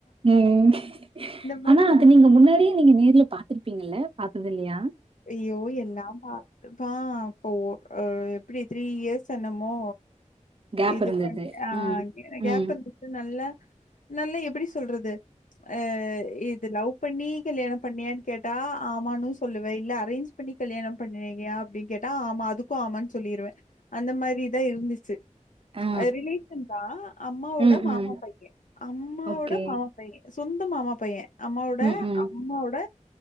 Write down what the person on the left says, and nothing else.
மாரி
ஐயோ எல்லா பாத்துப்பா அப்போ ஹ எப்டி த்ரீ இயர்ஸ் என்னமோ
இது
பண்ண ஆஹ்
கேப்
இருந்துது நல்லா நல்லா எப்டி சொல்றது அஹ் இதுலவ் பண்ணி கல்யாணோ பண்ணியான்னு கேட்டா ஆமான்னு சொல்லுவே இல்ல அரேஞ்ச் பண்ணி கல்யாணோ பண்ணுவியா அப்டின்னு கேட்டா ஆமா அதுக்கு ஆமான்னு சொல்லிருவே அந்த மாரிதா இருந்துச்சு
ரிலேஷன் தா அம்மாவோட
மாமா
பையன் அம்மாவோட
மாமா பையன் சொந்த ந்த மாமா பைய அம்மாவோட
அம்மாவோட